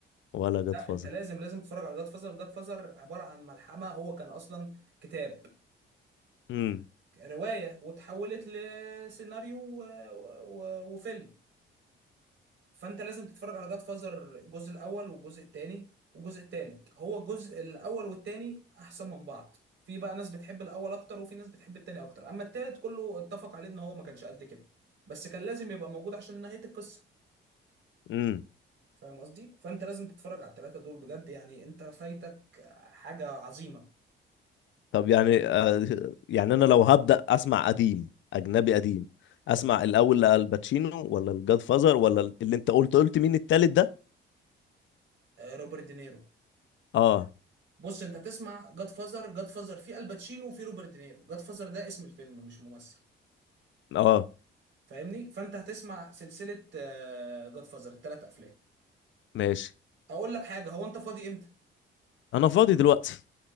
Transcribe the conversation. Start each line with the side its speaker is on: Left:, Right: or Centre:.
Left: ولا جاد
Right: لا
Left: فازر
Right: انت لازم لازم تتفرج على جاد فازر جاد فازر عباره عن ملحمه هو كان اصلا كتاب
Left: امم
Right: روايه وتحولت لسيناريو و... و... وفيلم فانت لازم تتفرج على جاد فازر الجزء الاول والجزء الثاني والجزء الثالث هو الجزء الاول والثاني احسن من بعض في بقى ناس بتحب الاول اكتر وفي ناس بتحب الثاني اكتر اما الثالث كله اتفق عليه ان هو ما كانش قد كده بس كان لازم يبقى موجود عشان نهايه القصه
Left: امم
Right: فاهم قصدي فانت لازم تتفرج على الثلاثه دول بجد يعني انت فايتك حاجه عظيمه
Left: طب يعني آه، يعني انا لو هبدأ اسمع قديم اجنبي قديم اسمع الاول لالباتشينو ولا الجاد فازر ولا اللي انت قلت قلت مين التالت ده
Right: آه، روبرت دينيرو
Left: اه
Right: بص انت تسمع جاد فازر جاد فازر في الباتشينو وفي روبرت دينيرو جاد فازر ده اسم الفيلم مش ممثل
Left: اه
Right: فاهمني فانت هتسمع سلسله جاد فازر الثلاث افلام
Left: ماشي
Right: اقول لك حاجه هو انت فاضي امتى
Left: انا فاضي دلوقتي